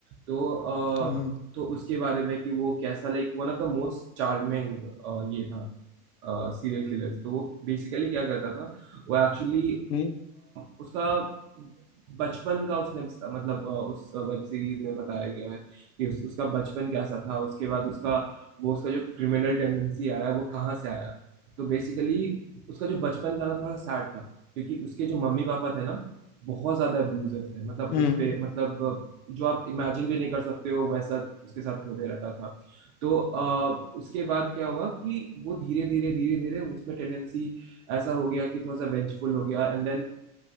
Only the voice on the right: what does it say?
तो अ,
तो उसके बारे में कि वो कैसा like one of the most charming ये था सीरियल किलर तो वो बेसिकली क्या करता था वो एक्चुअली
उसका बचपन का उसने मतलब अ, उस वेब सीरीज में बताया गया है कि उस, उसका बचपन कैसा था उसके बाद उसका वो उसका जो क्रिमिनल टेंडेंसी आया वो कहाँ से आया तो बेसिकली उसका जो बचपन था ना थोड़ा सैड था क्योंकि उसके जो मम्मी पापा थे ना बहुत ज्यादा अब्यूजिव थे मतलब
उस पे मतलब जो आप इमेजिन भी नहीं कर सकते हो वैसा उसके साथ होते रहता था तो अ, उसके बाद क्या हुआ कि वो धीरे धीरे धीरे धीरे उसमें टेंडेंसी ऐसा हो गया कि थोड़ा सा वेंचफुल हो गया एंड देन